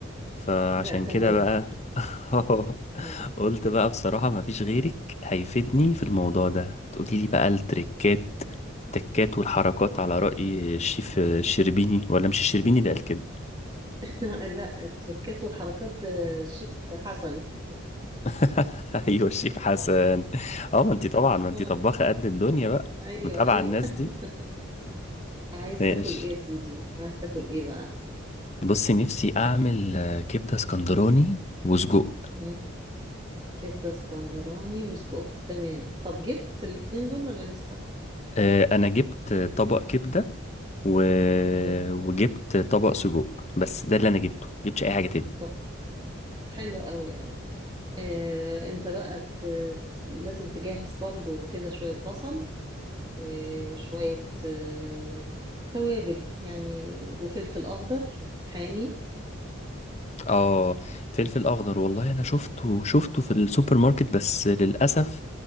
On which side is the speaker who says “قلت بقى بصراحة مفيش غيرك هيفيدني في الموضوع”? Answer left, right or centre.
Left